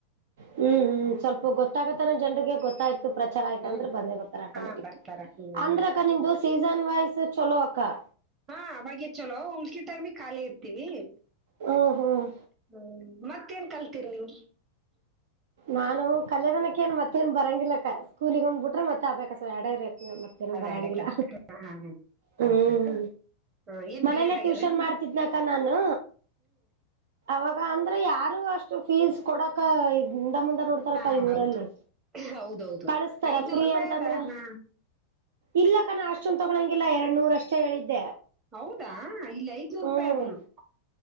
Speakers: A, on the right; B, on the right.
A: ಹ್ಮ್ ಹ್ಮ್ ಸ್ವಲ್ಪ ಗೊತ್ತಾಗತ್ತಾನ ಜನರಿಗೆ ಗೊತ್ತಾಯ್ತ ಪ್ರಚಾರ ಆಯ್ತ
B: ಹ್ಮ್
A: ಅಂದ್ರೆ ಬಂದೇ ಬರ್ತಾರೆ ಆಟೋಮೆಟಿಕ್
B: ಹಾ ಬರ್ತಾರ ಹ್ಮ್
A: ಅಂದ್ರಕ ನಿ ದೋಸ ಸೀಸನ್ ವೈಸ್ ಚೊಲೋ ಅಕ್ಕಾ.
B: ಹಾ ಅವಾಗೆ ಚಲೋ ಉಳ್ಕಿ ಟೈಮಿ ಖಾಲಿ ಇರ್ತೀವಿ.
A: ಹ್ಮ್ ಹ್ಮ್
B: ಹ್ಮ ಮತ್ತೇನ್ ಕಲ್ತೀರಿ ನೀವು.
A: ನಾನು ಕಲ್ಯದನಕ್ಕೆ ಏ ಮತ್ತೇಏನ್ ಬರಂಗಿಲ್ಲಕ್ಕ ಸ್ಕೂಲಗ್ ಒಂದ್ಬಿಟ್ರೆ ಮತ್ತೆ ಅಬ್ಬೆ ಕಸ, ಎಡ ಮತ್ತೇನು
B: ಅವೆರಡೆ
A: ಬರಂಗಿಲ್ಲ
B: ಕಲ್ತ್ ಹಾ, ಹಾ, ಹಾ.
A: ಹ್ಮ್.
B: ಹೌದಾ ಹಾ, ಏನ್
A: ಮನೇಲ್ಲೇ
B: ಬಿ ಎಡ್ ಆಗ್ಯದ
A: ಟ್ಯೂಷನ್
B: ಹ್ಮ್
A: ಮಾಡ್ತಿದ್ನಕ ನಾನು. ಆಗ ಅಂದ್ರೆ ಯಾರು ಅಷ್ಟು ಫೀಸ್ ಕೊಡಕ ಮುಂದ ನೋಡ್ತಾರ
B: ಹಾ
A: ಕೈ
B: ಹೌದ್-
A: ಊರಲ್ಲಿ
B: ಹೌದೌದು
A: ಕಳಸ್ತಾರ
B: ಐದ್ನೂರ್
A: ಫ್ರೀ
B: ರೂಪಾಯಿ
A: ಅಂತಂದ್ರ.
B: ಅದ ಹಾ
A: ಇಲ್ಲ ಕನ ಅಷ್ಟೊಂದು ತೊಗೊಳಂಗಿಲ್ಲ ಎರಡ್ ನೂರ ಅಷ್ಟೇ ಹೇಳಿದ್ದೆ
B: ಹೌದಾ ಇಲ್ಲಿ ಐದ್ನೂರು
A: ಹ್ಮ್
B: ರೂಪಾಯಿ ಆದದ